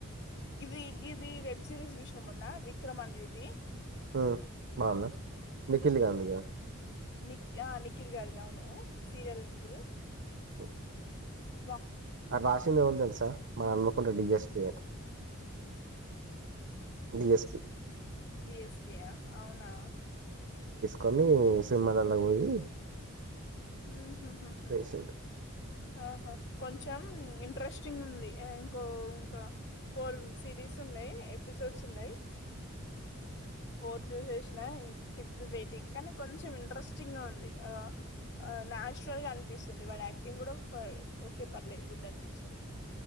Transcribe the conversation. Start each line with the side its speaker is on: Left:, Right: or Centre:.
Left: గిది గిది వెబ్ సిరీస్ చూసిన మొన్న విక్రమ్ అన్ డ్యూటీ
Right: హ్ బాగుందా నిఖిల్ గాంధిగా
Left: నిక్కి ఆ నిఖిల్ గారిది అవును సీరియల్ నిఖిల్
Right: హ్
Left: <unintelligible>
Right: ఆ రాసింది ఎవలు తెలుస్ సార్ మన హన్మకొండ డీజెస్పీ డీఎస్
Left: బిఎస్పీయా అవునా
Right: కానీ సినిమాలాల్లకు పోయి
Left: ఉహుహు
Right: చేసిండు
Left: ఆహా కొంచెం ఇంట్రెస్టింగ్ ఉంది ఇంకో ఇంకా ఫోర్ సిరీస్ ఉన్నాయి ఎపిసోడ్స్ ఉన్నాయి. ఫోర్ ద్యుశేషు <inaudible> నా ఇన్ ఫిఫ్త్ వెయిటింగ్ కానీ కొంచెం ఇంట్రెస్టింగ్ గా ఉంది. ఆ న్యాచురల్గా అంత్ అనిపిస్తుంది వాడి యాక్టింగ్ కూడా ఫర్ ఓకే పర్లేదు గుడ్ అనిపించింది.